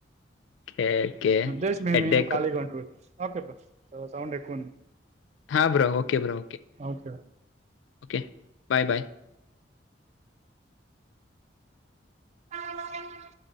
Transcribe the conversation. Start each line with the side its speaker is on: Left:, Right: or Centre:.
Left: ఓకే ఓకే
Right: ఉద్దేశంే
Left: హెడ్ఏక్
Right: నేను ఖాళీగా ఓకే బ సౌండ్ ఎక్కువంది
Left: హా బ్రో ఓకే బ్రో
Right: ఓకే బ
Left: ఓకే బాయ్ బాయ్
Right: అవునావునా